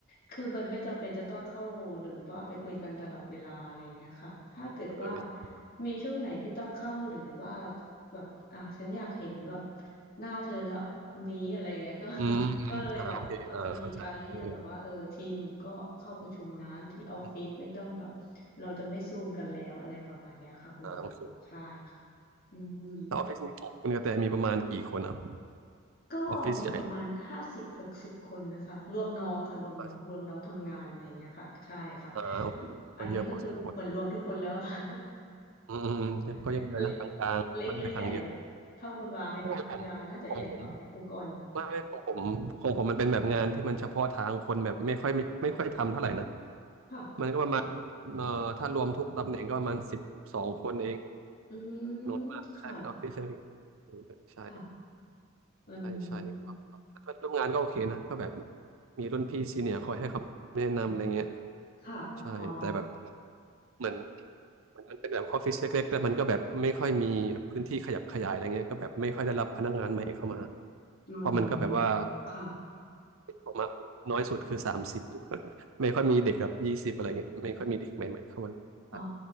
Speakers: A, on the left; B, on the right.
A: คือมันไม่จำเป็นจะต้องเข้าหรือว่าไปคุยกันตลอดเวลาอะไรอย่างเงี้ยค่ะถ้าเกิดว่า
B: เออออ
A: มีช่วงไหนที่ต้องเข้าหรือว่าแบบอ่ะฉันอยากเห็นแบบหน้าเธอแล้วคนนี้อะไรอย่างเงี้ยก็ <laughs>
B: ืมอืมอ่าโอเคอ่าเข้าใจออ
A: ก็เลยแบบก็จะมีการเรียกแบบว่าเออทีมก็เข้าประชุมนะที่ออฟฟิศไม่ต้องแบบ
B: เอออืม
A: เราจะไม่ซูมกันแล้วอะไรประมาณเนี้ยค่ะคุณว่าใช่ค่ะ
B: อ่าโอเค
A: อืม
B: แล้วออฟฟิศนี้ของคุณกระแตมีประมาณกี่คนครับ
A: ก็มีประมาณห้าสิบหกสิบคนนะคะรวมน้องค่ะรวมน้องรวมน้องทำงานอะไรอย่างเงี้ยค่ะใช่ค่ะ
B: ออฟฟิศใหญ่หรือเปล่าอ่าโอเคก็เยอะพอสมควร
A: อันนี้ก็คือเหมือนรวมทุกคนแล้วค่ะ
B: อืมอืมอืมก็ยังเยอะนะกลางๆค่อนไปทางเยอะ
A: <laughs> เล็กเล็กหรือใหญ่แบบเท่าคุณวาไหมคะคุณวาน่าจะใหญ่กว่าไหมองค์กร
B: ของผมของผมไม่ไม่ของผมของผมมันเป็นแบบงานที่มันเฉพาะทางคนแบบไม่ค่อยไม่ไม่ค่อยทำเท่าไหร่นะ
A: ค่ะ
B: มันก็ประมาณเอ่อถ้ารวมทุกตำแหน่งก็ประมาณสิบสองคนเอง
A: อืม
B: น้อยมากใช่เป็นออฟฟิศเซอร์วิส
A: ค่ะ
B: ใช่
A: ค่ะอืม
B: ใช่ใช่ก็เพื่อนร่วมงานก็โอเคนะก็แบบมีรุ่นพี่ซีเนียร์คอยให้คำแนะนำอะไรเงี้ย
A: ค่ะอ๋อ
B: ใช่แต่แบบเหมือนมันเป็นแบบออฟฟิศเล็กๆแต่มันก็แบบไม่ค่อยมีพื้นที่ขยับขยายอะไรเงี้ยก็แบบไม่ค่อยได้รับพนักงานใหม่เข้ามา
A: อืม
B: เพราะมันก็แบบว่า
A: ค่ะ
B: ออกมาน้อยสุดคือสามสิบ <laughs> ไม่ค่อยมีเด็กกับยี่สิบอะไรเงี้ยไม่ค่อยมีเด็กใหม่ๆเข้ามาใช่
A: อ๋อ